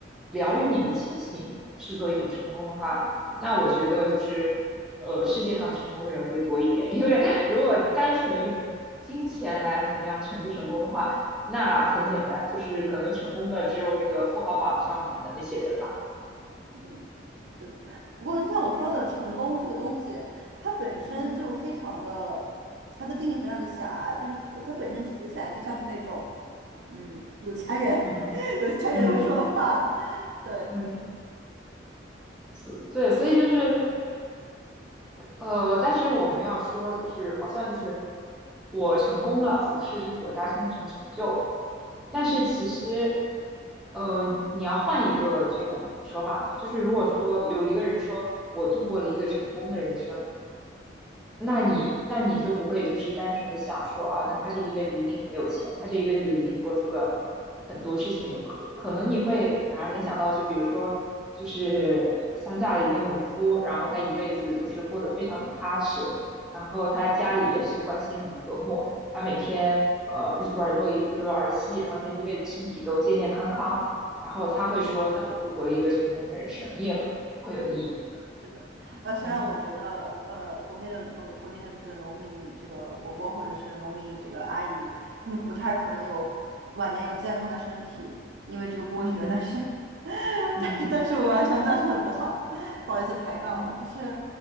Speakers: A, in the centre; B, on the right.
A: 疗愈你的亲情，视作一种成功的话。那我觉得就是，呃，世界上成功的人会多一点，因为如果单纯用金钱来衡量成不成功的话，那很简单，就是可能成功的只有那个富豪榜上面的那些人了。
B: 嗯，是的。不过就像我说的，成功这个东西，它本身就非常的，
A: 嗯
B: 它的定义非常的狭隘，就是它本它本身听起来就像是那种，嗯，有钱人，
A: 嗯
B: <laughs> 有钱人会说的话，
A: 嗯
B: <laughs> 对，
A: 嗯，所对，所以就是呃，但是我们要说，就是好像就是我成功了，总是就是我达成了什么成就，但是其实，
B: 嗯
A: 呃，你要换一个这种说法呢，就是如果说有一个人说我度过了一个成功的人生，那你那你就不会就是单纯的想说啊，那他这一辈子一定很有钱，他这一辈子一定做出了很多事情，可可能你会反而联想到，就比如说就是乡下的一个农夫，然后他一辈子就是过得非常的踏实，然后他家里也是关系很和睦，他每天呃日出而作，日落而息，然后他一辈子身体都健健康康，然后他会说，
B: 嗯。
A: 那我度过了一个成功的人生，你也不会有意义的，
B: 嗯，是的，是的。呃，虽然我觉得，
A: 嗯
B: 呃，国内的农，国内的这个农民，这个伯伯或者是农民这个阿姨，他们不太可能有晚年有健康的身体，因为这个剥削。
A: 嗯
B: 但是，<laughs>
A: 嗯
B: 但是，但是我完全赞同你的话，不好意思抬杠了。
A: 嗯。
B: 就是，